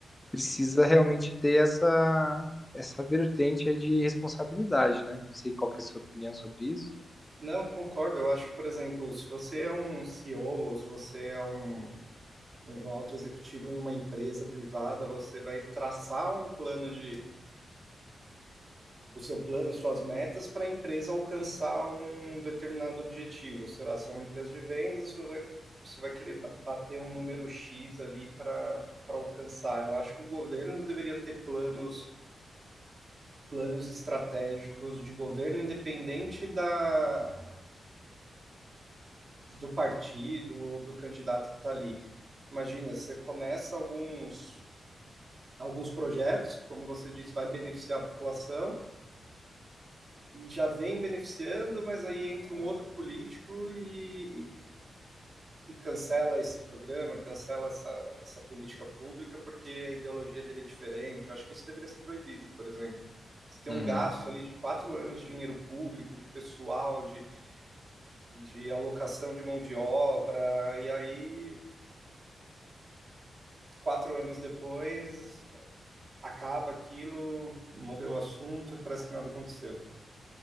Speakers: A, on the left; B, on the right.
A: Precisa realmente ter essa, essa vertente aí de responsabilidade, né? Não sei qual que é a sua opinião sobre isso.
B: Não, concordo. Eu acho que, por exemplo, se você é um CEO ou se você é um, um alto executivo em uma empresa privada, você vai traçar um plano de o seu plano, suas metas para a empresa alcançar um determinado objetivo. Sei lá, se é uma empresa de vendas, você vai, querer bater um número X ali para alcançar. Eu acho que o governo deveria ter planos planos estratégicos de governo independente da, do partido ou do candidato que está ali. Imagina, você começa alguns alguns projetos, como você disse, vai beneficiar a população, e já vem beneficiando, mas aí entra um outro político e, e, e cancela esse programa, cancela essa, essa política pública porque a ideologia dele é diferente. Eu acho que isso deveria ser proibido, por exemplo. Você tem
A: Uhum.
B: um gasto ali de quatro anos de dinheiro público, de pessoal, de, de alocação de mão de obra, e aí quatro anos depois acaba aquilo, morreu o assunto e parece que nada aconteceu.